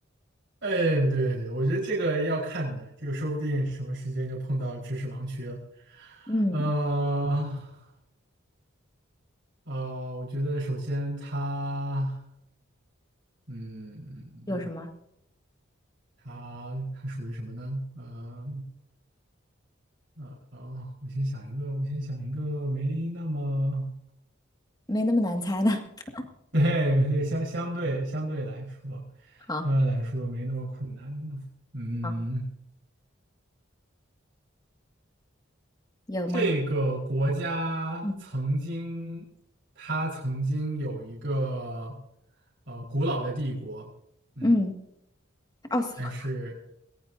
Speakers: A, on the right (about 60°); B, on the left (about 20°).
A: 哎，对对对，我觉得这个要看的，这个说不定什么时间就碰到知识盲区了。
B: 嗯，
A: 啊呃，我觉得首先它，嗯，
B: 有什么？
A: 它它属于什么呢？嗯呃呃，哦我先想一个，我先想一个没那么，
B: 没那么难猜的。<laughs>
A: <laughs> 对对，相相对相对来说，
B: 好，
A: 相对来说没那么困难的。嗯，
B: 好，有吗？
A: 这个国家曾经，
B: 嗯，
A: 它曾经有一个呃古老的帝国，嗯，
B: 嗯，奥斯曼，
A: 但是